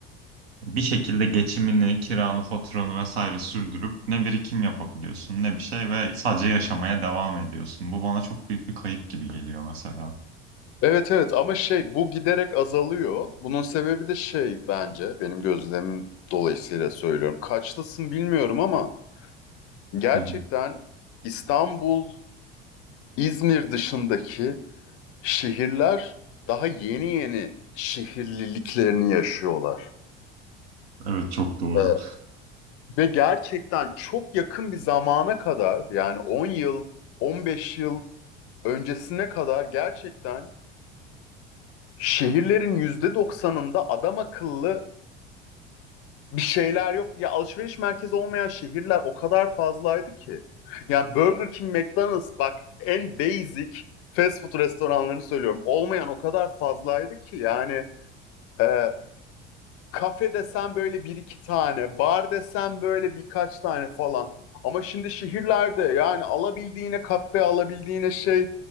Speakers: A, on the right (about 80°); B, on the left (about 50°).
A: bir şekilde geçimini, kiranı, faturanı vesaire sürdürüp ne birikim yapabiliyorsun ne bir şey ve sadece yaşamaya devam ediyorsun. Bu bana çok büyük bir kayıp gibi geliyor mesela.
B: Evet evet ama şey bu giderek azalıyor. Bunun sebebi de şey bence benim gözlemim dolayısıyla söylüyorum. Kaçlısın bilmiyorum ama gerçekten
A: Hı hı.
B: İstanbul, İzmir dışındaki şehirler daha yeni yeni şehirliliklerini yaşıyorlar.
A: Evet çok doğru.
B: Evet. Ve gerçekten çok yakın bir zamana kadar yani 10 yıl, 15 yıl öncesine kadar gerçekten şehirlerin yüzde doksanında adam akıllı bir şeyler yok. Ya alışveriş merkezi olmayan şehirler o kadar fazlaydı ki. Yani Burger King, McDonald's bak en basic fast food restoranlarını söylüyorum. Olmayan o kadar fazlaydı ki yani e, Kafe desen böyle bir iki tane, bar desen böyle birkaç tane falan. Ama şimdi şehirlerde yani alabildiğine kafe, alabildiğine şey,